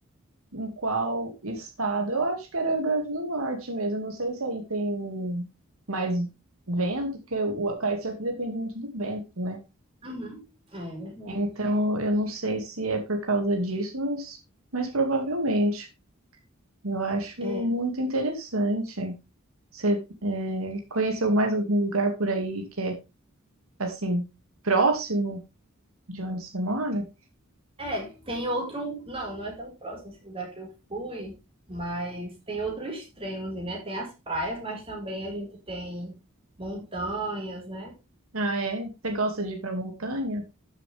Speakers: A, on the right (about 85°); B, on the right (about 25°).
A: em qual estado. Eu acho que era o Rio Grande do Norte mesmo. Eu não sei se aí tem mais vento, porque o kitesurf depende muito do vento, né?
B: Uhum. É verdade.
A: Então, eu não sei se é por causa disso, mas, mas provavelmente. Eu acho
B: É.
A: muito interessante. Você é, conheceu mais algum lugar por aí que é assim próximo de onde você mora?
B: É, tem outro. Não, não é tão próximo esse lugar que eu fui, mas tem outro extremo, assim, né? Tem as praias, mas também a gente tem montanhas, né?
A: Ah, é? Você gosta de ir pra montanha?